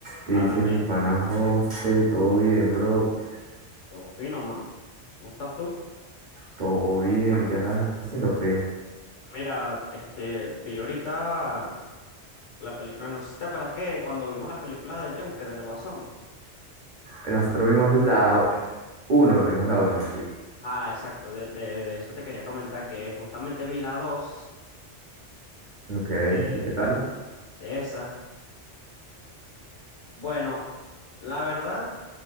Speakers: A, on the right; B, on the left.
A: ¿Qué
B: Háblame,
A: dice mi pana José? ¿Todo bien, bro?
B: todo fino, mano. ¿Cómo estás tú?
A: ¿Todo bien? ¿Qué andas haciendo, pues?
B: Mira, este, vi ahorita la película, no sé si te acuerdas que cuando vimos la película del Joker, del Guasón.
A: eh, Nosotros vimos la uno vimos la uno sí.
B: Ah, exacto, de, de, de eso te quería comentar, que justamente vi la 2
A: Ok,
B: de,
A: ¿y qué tal?
B: de esa. Bueno, la verdad,